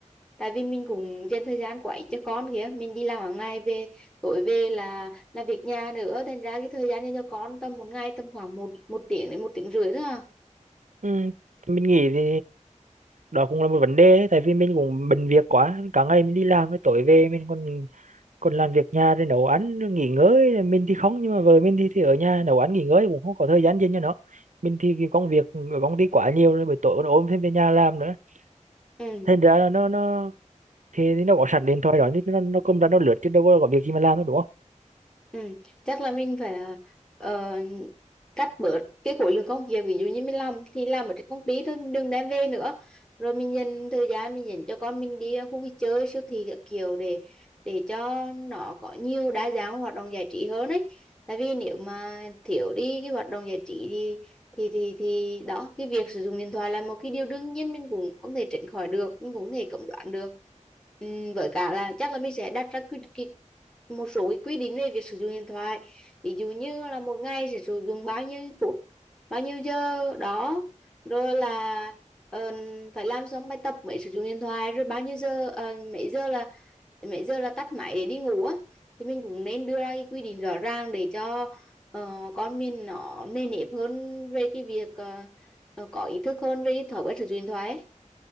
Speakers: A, in the centre; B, on the right.
A: tại vì mình cũng dành thời gian của ít cho con kìa mình đi làm hàng ngày về tối về là là việc nhà nữa thành ra cái thời gian dành cho con tầm một ngày tầm khoảng một một tiếng đến một tiếng rưỡi thôi à
B: ừ, thì mình nghĩ thì đó cũng là một vấn đề đấy, tại vì mình cũng bận việc quá cả ngày mình đi làm với tối về mình còn còn làm việc nhà thì nấu ăn nghỉ ngơi mình thì không nhưng mà vợ mình thì thì ở nhà nấu ăn nghỉ ngơi cũng không có thời gian dành cho nó mình thì cái công việc ở công ty quá nhiều rồi buổi tối còn ôm thêm về nhà làm nữa
A: ừ
B: thành ra là nó nó thì, thì nó có sẵn điện thoại đó thì nó nó cầm ra nó lướt chứ đâu có, có việc gì mà làm đâu đúng không
A: Ừ, chắc là mình phải ờ, cắt bớt cái khối lượng công việc ví dụ như mình làm thì làm ở trên công ty thôi mình đừng đem về nữa rồi mình dành thời gian mình dành cho con mình đi khu vui chơi siêu thị các kiểu để để cho nó có nhiều đa dạng hoạt động giải trí hơn ấy tại vì nếu mà thiếu đi cái hoạt động giải trí thì thì thì thì đó cái việc sử dụng điện thoại là một cái điều đương nhiên mình cũng không thể tránh khỏi được mình cũng không thể cấm đoán được Ừm, với cả là chắc là mình sẽ đặt ra quy, cái, một số cái quy định về việc sử dụng điện thoại ví dụ như là một ngày sẽ sử dụng bao nhiêu phút bao nhiêu giờ đó rồi là ờ, phải làm xong bài tập mới sử dụng điện thoại rồi bao nhiêu giờ ờ, mấy giờ là mấy giờ là tắt máy để đi ngủ á thì mình cũng nên đưa ra cái quy định rõ ràng để cho ờ, con mình nó nề nếp hơn về cái việc ờ, ờ, có ý thức hơn về cái thói quen sử dụng điện thoại ấy.